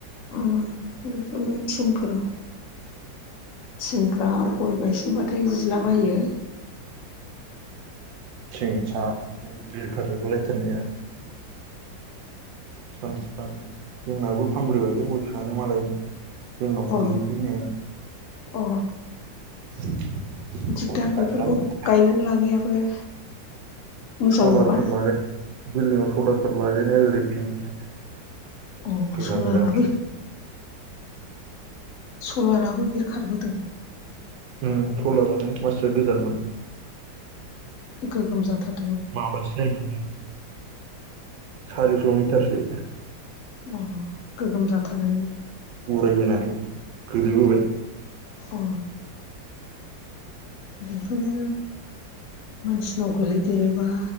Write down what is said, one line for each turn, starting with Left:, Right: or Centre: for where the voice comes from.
Left: उम बेफोरनो थिंफोर थिंफ्रा गय बायसिनबाथाय जिलाबायो।
Right: थिंसाब बिरखारजोबबोलायथारनाया। बिफां बिफां जोंनाबो फानब्रै बायदों गय फिफाङानो मालायना जोंनाव
Left: ओ
Right: गोल्लैफैनाया।
Left: अ
Right: <inaudible>
Left: दिगदार
Right: सलारफोर
Left: बेफोरखौ गायनानै लानायाबो। मोजां
Right: सलारफोर
Left: नङा
Right: लागाय बिल्डिंव सलारफोर लागायनाया ओरै गैया माथो?
Left: अ
Right: गोजान
Left: सलाराबो
Right: गोजान
Left: सलाराबो बिरखारबोदों
Right: उम सलारानो मानसिया गोजानमोन।
Left: गोगोम जाथार
Right: माबासो जायोमोनो सारिस' मिटारसो।
Left: अ गोगोम जाथारोनो
Right: उराय बोनानै गोलैबोबाय।
Left: अ बेफोरो मानसिनाव गोलैदेरोबा